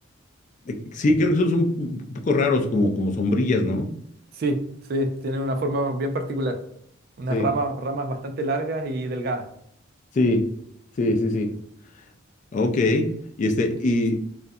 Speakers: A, on the left (about 40°); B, on the right (about 50°).
A: Eh, Sí, creo que son un poco raros como, como sombrillas, ¿no?
B: Sí, sí, tienen una forma bien particular, unas
A: Sí,
B: ramas, ramas bastante largas y delgadas.
A: sí, sí, sí, sí. Ok, y este,
B: Sí,
A: y